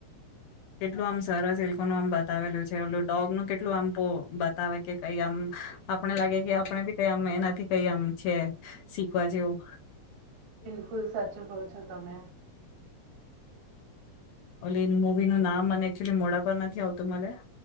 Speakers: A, on the left (about 75°); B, on the right (about 75°).
A: કેટલું આમ સરસિલ્કોનું આમ બતાવેલું છે એલું ડોગનું કેટલું આમ બતાવે કે કઈ આમ આપણે લાગે કે આપણે બી કઈ આમ એનાથી કઈ આમ છે શીખવા જેવું
B: બિલકુલ સાચું કહો છો તમે
A: ઓલી મવી નું નામ મને એકચુલી મોડા પર નથી આવતું મને